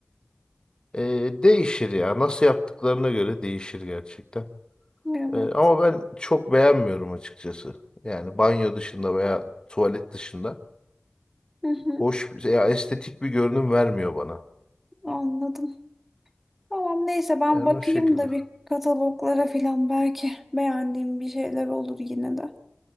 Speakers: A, on the left; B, in the centre.
A: Ee, değişir ya. Nasıl yaptıklarına göre değişir gerçekten.
B: Evet.
A: Ee, ama ben çok beğenmiyorum açıkçası. Yani banyo dışında veya tuvalet dışında.
B: Hı hı.
A: Hoş, ya estetik bir görünüm vermiyor bana.
B: Anladım. Tamam neyse ben
A: Yani
B: bakayım
A: o şekilde.
B: da bir kataloglara filan belki beğendiğim bir şeyler olur yine de.